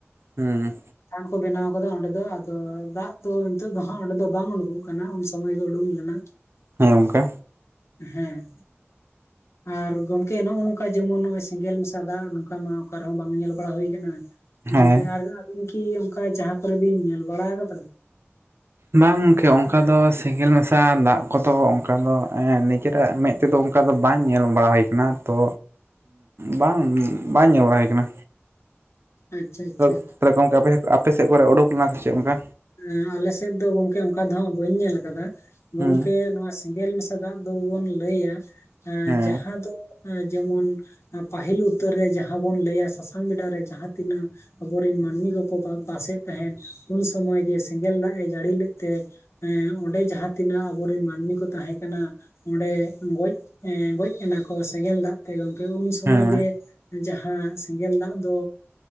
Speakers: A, on the right; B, on the left.
A: ᱦᱩᱸ
B: ᱛᱷᱟᱱ ᱠᱚ ᱵᱮᱱᱟᱣ ᱟᱠᱟᱫᱟ ᱚᱸᱰᱮ ᱫᱚ ᱟᱫᱚ ᱫᱟᱜ ᱫᱚ ᱱᱤᱛᱚᱜ ᱫᱚ ᱦᱜ ᱚᱸᱰᱮ ᱫᱚ ᱵᱟᱝ ᱩᱰᱩᱠᱚᱜ ᱠᱟᱱᱟ ᱩᱱ ᱥᱚᱢᱚᱭ ᱜᱮ ᱩᱰᱩᱠ ᱞᱮᱱᱟ᱾
A: ᱦᱮᱸ ᱜᱚᱝᱠᱮ᱾
B: ᱦᱮᱸ᱾ ᱟᱨ ᱜᱚᱝᱠᱮ ᱱᱚᱜᱚ ᱱᱚᱝᱠᱟ ᱡᱮᱢᱚᱱ ᱱᱚᱜᱚᱭ ᱥᱮᱸᱜᱮᱞ ᱢᱮᱥᱟ ᱫᱟᱜ ᱱᱚᱝᱠᱟ ᱢᱟ ᱚᱠᱟ ᱨᱮᱦᱚᱸ ᱵᱟᱝ ᱧᱮᱞᱚᱜ ᱵᱟᱲᱟ ᱦᱩᱭ ᱟᱠᱟᱱ ᱜᱚᱝᱠᱮ
A: ᱦᱮᱸ
B: ᱟᱨ ᱟᱵᱤᱱ ᱠᱤ ᱚᱱᱠᱟ ᱡᱟᱦᱟᱸ ᱠᱚᱨᱮ ᱵᱤᱱ ᱧᱮᱞ ᱵᱟᱲᱟ ᱟᱠᱟᱫᱟ
A: ᱵᱟᱝ ᱜᱚᱝᱠᱮ ᱚᱱᱠᱟ ᱫᱚ ᱥᱮᱸᱜᱮᱞ ᱢᱮᱥᱟ ᱫᱟᱜ ᱠᱚᱫᱚ ᱚᱱᱠᱟ ᱫᱚ ᱱᱤᱡᱮᱨᱟᱜ ᱢᱮᱫ ᱱᱚᱛᱮᱫᱚ ᱚᱱᱠᱟ ᱫᱚ ᱵᱟᱝ ᱧᱮᱞ ᱵᱟᱲᱟ ᱦᱩᱭ ᱟᱠᱟᱱᱟ ᱛᱚ ᱵᱟᱝ ᱵᱟᱝ ᱧᱮᱞ ᱵᱟᱲᱟ ᱦᱩᱭ ᱟᱠᱟᱱᱟ᱾
B: ᱟᱪᱪᱷᱟ ᱟᱪᱪᱷᱟ
A: ᱛᱟᱦᱚᱞᱮ ᱜᱚᱝᱠᱮ ᱟᱯᱮ ᱟᱯᱮ ᱥᱮ ᱠᱚᱨᱮ ᱚᱰᱩᱠ ᱞᱮᱱᱟ ᱥᱮ ᱪᱮᱫ ᱚᱱᱠᱟ?
B: ᱮᱸ ᱟᱞᱮᱥᱮᱫ ᱫᱚ ᱜᱚᱝᱠᱮ ᱚᱱᱠᱟ ᱫᱚᱦᱸᱜ ᱵᱟᱹᱧ ᱧᱮᱞ ᱟᱠᱟᱫᱟ ᱜᱚᱝᱠᱮ
A: ᱦᱮᱸ
B: ᱱᱚᱣᱟ ᱥᱮᱸᱜᱮᱞ ᱢᱮᱥᱟ ᱫᱟᱜ ᱫᱚᱵᱚᱱ ᱞᱟᱹᱭᱟᱹ
A: ᱦᱮᱸ
B: ᱡᱟᱦᱟᱸ ᱫᱚ ᱡᱮᱢᱚᱱ ᱯᱟᱹᱦᱤᱞ ᱩᱛᱟᱹᱨ ᱨᱮ ᱡᱟᱦᱟᱸ ᱵᱚᱱ ᱞᱟᱹᱭᱟ ᱥᱟᱥᱟᱝ ᱵᱮᱰᱟ ᱨᱮ ᱡᱟᱦᱟᱸ ᱛᱤᱱᱟᱹᱜ ᱟᱵᱚᱨᱮᱱ ᱢᱟᱹᱱᱢᱤ ᱠᱚᱠᱚ ᱵᱟᱥᱮᱫ ᱛᱟᱦᱮᱸ ᱩᱱ ᱥᱚᱢᱚᱭ ᱜᱮ ᱥᱮᱸᱜᱮᱞ ᱫᱟᱜ ᱮ ᱡᱟᱹᱲᱤ ᱞᱮᱫ ᱛᱮ ᱮᱸ ᱚᱸᱰᱮ ᱡᱟᱦᱟᱸ ᱛᱤᱱᱟᱹᱜ ᱟᱵᱚᱨᱮᱱ ᱢᱟᱹᱱᱢᱤ ᱠᱚ ᱛᱟᱦᱮᱸ ᱠᱟᱱᱟ ᱚᱸᱰᱮ ᱜᱚᱡ, ᱜᱚᱡ ᱮᱱᱟᱠᱚ ᱥᱮᱸᱜᱮᱞ ᱫᱟᱜ ᱛᱮ᱾ ᱩᱱ ᱥᱚᱢᱚᱭ
A: ᱦᱮᱸ
B: ᱜᱮ ᱡᱟᱦᱟᱥ ᱥᱮᱸᱜᱮᱞ ᱫᱟᱜ ᱫᱚ